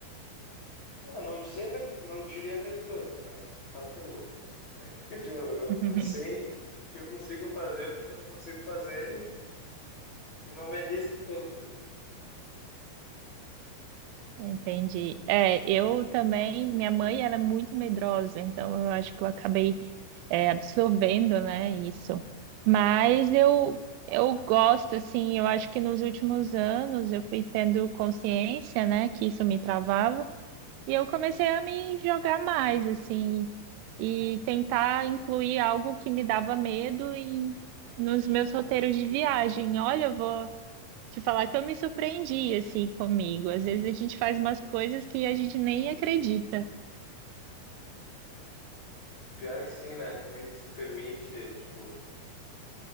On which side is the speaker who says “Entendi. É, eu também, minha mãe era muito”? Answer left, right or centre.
Right